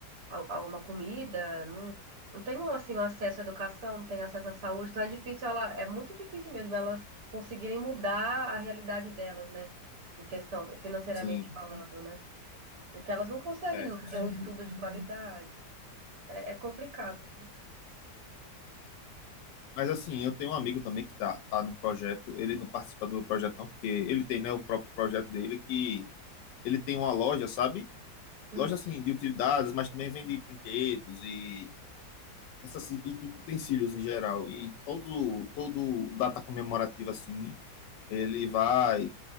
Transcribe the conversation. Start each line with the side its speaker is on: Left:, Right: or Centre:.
Right: a, a uma comida, não, não tem um, assim, um acesso à educação, não tem acesso à saúde, então é difícil ela, é muito difícil mesmo elas conseguirem mudar a realidade delas, né? Em questão, financeiramente
Left: Sim,
Right: falando, né? Porque elas não conseguem
Left: é. com certeza.
Right: ter um estudo de qualidade. É, é complicado, viu?
Left: Mas assim, eu tenho um amigo também que tá, tá num projeto, ele não participa do meu projeto não, porque ele tem, né, o próprio projeto dele, que ele tem uma loja, sabe?
Right: Hum.
Left: loja assim de utilidades, mas também vende brinquedos e essas e utensílios em geral. E todo todo data comemorativa assim, ele vai